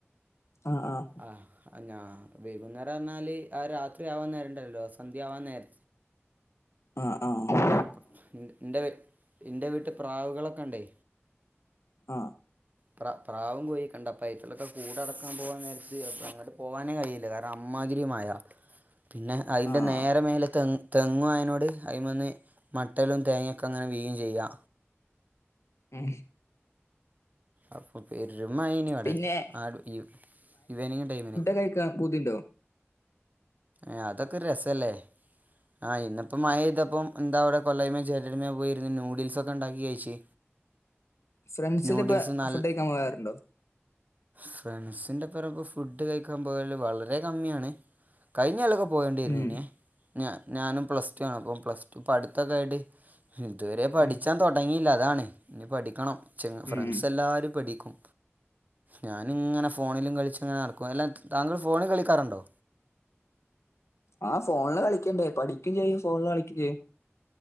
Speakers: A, on the left (about 80°); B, on the right (about 35°).
A: ആഹ് ആഹ്
B: ആഹ് ഞാ വൈകുന്നേരം എന്നാല് ആഹ് രാത്രി ആവാൻ നേരോണ്ടല്ലോ സന്ധ്യ ആവാൻ നേര
A: ആഹ് ആ ആ
B: <unintelligible> എൻ്റെ വീട്ടി പ്രാവ്കളൊക്കെ ഇണ്ടേ
A: ആഹ്
B: പ്ര പ്രാവും കോയികേ ഇണ്ട അപ്പം <unintelligible> കൂടെ അടക്കാൻ പോവാൻ <unintelligible> അങ്ങോട്ട് പോകാനേ കയല്ലാ കാര അമ്മതിരി മയാ പിന്നെ അയിൻ്റെ
A: ആഹ്
B: നേരെ മേലാത്തേ തെങ്ങും അയ്നോട് അയ്മേന് മട്ടലും തേങ്ങയൊക്കെ അങ്ങനെ വീയും ചെയ്യ്യാ
A: ഉം
B: അപ്പൊ പെര്മയേനി അവടെ
A: പിന്നെ
B: <unintelligible> ഇവനിങ് ടൈമിന്
A: <unintelligible> പുതിണ്ടോ
B: ആഹ് അതൊക്കെര് രസല്ലേ ആഹ് ഇന്ന് ഇപ്പോ മഴതേപ്പം എന്താ അവടെ <unintelligible> പോയിരുന്നു ന്യൂഡിൽസോക്കെ ഒണ്ടാക്കി കഴിച്ചേ
A: ഫ്രണ്ട്സിന്റെ
B: ന്യൂഡിൽസ്
A: ഒപ്പം
B: നൽ
A: ഫുഡ് കഴിക്കാൻ പോകാറുണ്ടോ
B: ഫ്രണ്ട്സിന്റെ <unintelligible> ഫുഡ് കയിക്ക്യാൻ പോയല് വളരെ കമ്മിയാണ് കയിഞ്ഞ കൊല്ലാക്കെ പോയേണ്ടിരന്ന്
A: ഉം
B: ഇനി ഞാൻ ഞാനും പ്ലസ് ടൂ ആണ് അപ്പം പ്ലസ് ടൂ പഠ്ത്താക്ക്യായിട്ട് ഇത് വേരെ പഠിച്ചാൻ
A: ഉം
B: തൊടങ്ങിയില്ല അതാണ് ഇനി പഠിക്കണം ച്ച്
A: ഉം
B: ഫ്രണ്ട്സ്
A: ഉം
B: എല്ലാരും പഠിക്കും ഞാന് ഇങ്ങനെ ഫോണിലും കളിച്ച് അങ്ങനെ നടക്കും അല്ലാ താങ്കള് ഫോണി കളിക്ക്യാറോണ്ടോ
A: ആഹ് ഫോണില് കളിക്ക്യാണ്ടേ പഠിക്കും ചെയ്യും ഫോണില് കളിക്ക്യാ ചെയ്യും